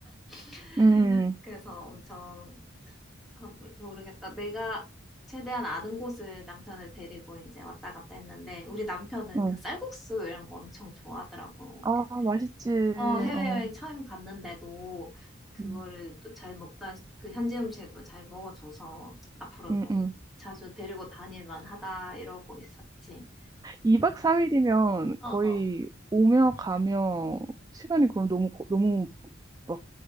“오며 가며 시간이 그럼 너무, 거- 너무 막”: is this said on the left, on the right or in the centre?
Right